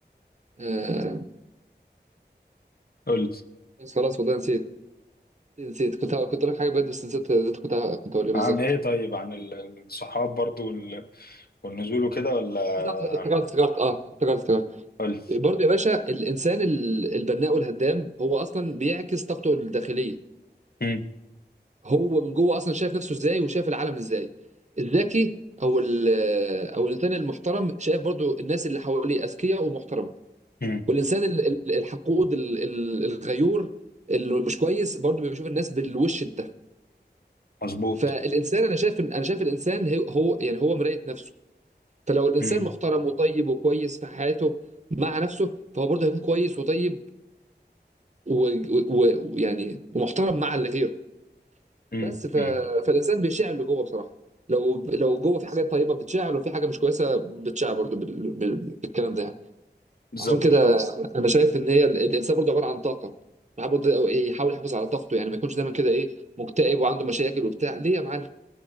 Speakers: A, on the right (about 40°); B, on the left (about 60°).
A: آم،
B: قول
A: بس خلاص والله نسيت نسيت كنت كنت اقول لك حاجه بجد بس نسيت اللي كنت كنت اقول ايه بالظبط
B: عن ايه طيب عن ال- الصحاب برضو وال- والنزول وكده ولا
A: بالظبط، افتكرت
B: عن
A: افتكرت اه افتكرت افتكرت
B: قول
A: برضو يا باشا الانسان ال- البناء والهدام هو اصلا بيعكس طاقته الداخليه
B: مم،
A: هو من جوه اصلا شايف نفسه ازاي وشايف العالم ازاي الذكي او ال- او الانسان المحترم شايف برضو الناس اللي حواليه اذكياء ومحترمه
B: مم،
A: والانسان ال- ال- الحقود ال- ال- الغيور اللي مش كويس برضو بيشوف الناس بالوش ده
B: مظبوط
A: فالانسان انا شايف انا شايف الانسان هي- هو يعني هو مراية نفسه فلو الانسان
B: مم،
A: محترم وطيب وكويس في حياته مع نفسه فهو برضه هيكون كويس وطيب ويعني و... و... و- ويعني ومحترم مع اللي غيره
B: مم،
A: بس ف...
B: مم.
A: فالانسان بيشعل اللي جوه بصراحه لو لو جوه في حاجات طيبه بتشعل وفي حاجه مش كويسه بتشعل برضه بال... بال... بالكلام ده يعني.
B: بالظبط
A: عشان كده انا شايف ان هي ال- الانسان برضه عباره عن طاقه الواحد برضه يحاول يحافظ على طاقته يعني ما يكونش دايما كده ايه مكتئب وعنده مشاكل وبتاع ليه يا معلم